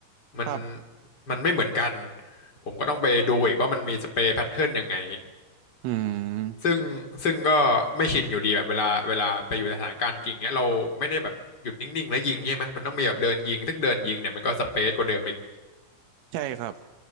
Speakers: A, on the left; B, on the right.
A: มัน
B: ครับ
A: มันไม่เหมือนกันผมก็ต้องไปดูอีกว่ามันมีสเปรย์แพทเทิร์นยังไง
B: อืม
A: ซึ่งซึ่งก็ไม่ชินอยู่ดีแบบเวลาเวลาไปอยู่สถานการณ์จริงเนี้ยเราไม่ได้แบบหยุดนิ่งๆแล้วยิงใช่ไหมมันต้องมีแบบเดินยิงซึ่งเดินยิงเนี่ยมันก็สเปซกว่าเดิมอีก
B: ใช่ครับ